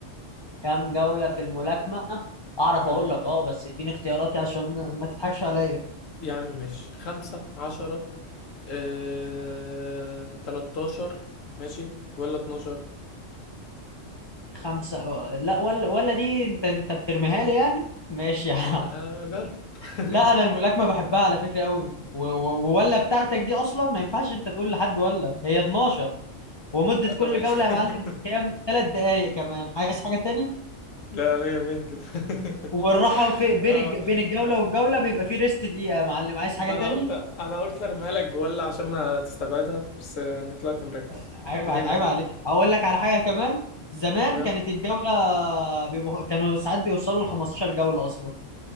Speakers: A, on the left; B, on the left.
A: كام جولة في الملاكمة اعرف
B: اه
A: اقول لك اه بس اديني اختياراتي عشان ما تضحكش عليا
B: يا عم ماشي خمسة عشرة آه، تلاتاشر ماشي ولا اتناشر
A: خمسة و- لا ولا ولا دي انت انت بترميها لي يعني ماشي يا عم
B: م- آه، جرب <laughs>
A: لا انا الملاكمة بحبها على فكرة قوي و- و- ولا بتاعتك دي اصلا ما ينفعش انت تقول لحد ولا هي 12 ومدة
B: آه،
A: كل
B: ماشي
A: جولة يا معلم
B: <laughs>
A: كام ثلاث دقايق كمان عايز حاجة تاني
B: لا مية مية كده
A: والراحة
B: <laughs>
A: في بين
B: اه
A: الج... بين الجولة والجولة بيبقى في ريست دقيقة يا معلم عايز
B: ما
A: حاجة تاني
B: انا قلت انا قلت ارميها لك بولا عشان ما تستبعدها بس يعني طلعت مركز
A: عيب
B: طب مية
A: ع-
B: مية
A: عيب عليك اقول لك على حاجة كمان زمان
B: اه
A: كانت الجولة بيبقوا كانوا ساعات بيوصلوا ل 15 جولة اصلا